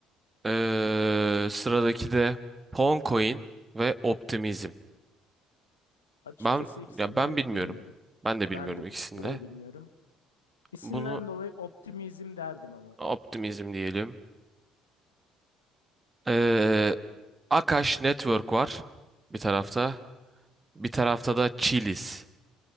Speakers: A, on the right (about 20°); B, on the left (about 80°).
A: Ee, sıradaki de Poncoin ve Optimizm.
B: Açıkçası
A: Ben
B: ikisini
A: ya ben
B: de
A: bilmiyorum.
B: bilmiyorum.
A: Ben de bilmiyorum
B: Ben de
A: ikisini
B: bu- burayı
A: de.
B: bilmiyorum. İsimden
A: Bunu
B: dolayı optimizm derdim ama.
A: Optimizm diyelim. Ee, Akash Network var bir tarafta. Bir tarafta da Chilis.